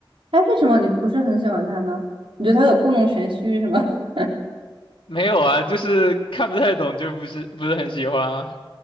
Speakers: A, on the right; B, on the left.
A: 哎，为什么你不是很喜欢他呢？你觉得他有故弄玄虚是吗？<laughs>
B: 没有啊，就是看不太懂，就不是不是很喜欢啊。